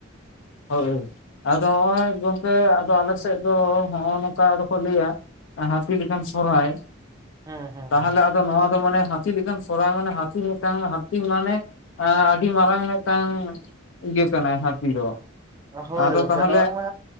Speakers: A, on the left (about 65°); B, on the right (about 20°).
A: ᱦᱳᱭ ᱟᱫᱚ ᱱᱚᱜᱼᱚᱭ ᱜᱚᱝᱠᱮ ᱟᱫᱚ ᱟᱞᱮ ᱥᱮᱫ ᱫᱚ ᱱᱚᱜᱼᱚ ᱱᱚᱝᱠᱟ ᱫᱚᱠᱚ ᱞᱟᱹᱭᱟ ᱦᱟᱹᱛᱤ ᱞᱮᱠᱟᱱ ᱥᱚᱨᱦᱟᱭ
B: ᱦᱩᱸ ᱦᱩᱸ
A: ᱛᱟᱦᱚᱞᱮ
B: ᱦᱩᱸ
A: ᱟᱫᱚ ᱱᱚᱣᱟ ᱫᱚ ᱢᱟᱱᱮ ᱦᱟᱹᱛᱤ ᱞᱮᱠᱟᱱ ᱥᱚᱨᱦᱟᱭ ᱢᱟᱱᱮ ᱦᱟᱸᱛᱤ ᱢᱤᱫᱴᱟᱝ ᱦᱟᱸᱛᱤ ᱢᱟᱱᱮ ᱟᱹᱰᱤ ᱢᱟᱨᱟᱝ ᱢᱤᱫᱴᱟᱝ ᱤᱭᱟᱹ ᱠᱟᱱᱟᱭ ᱦᱟᱸᱛᱤ ᱫᱚ
B: ᱦᱳᱭ
A: ᱟᱫᱚ ᱛᱟᱦᱚᱞᱮ
B: ᱢᱠᱮ ᱱᱚᱣᱟ ᱨᱮᱢᱟ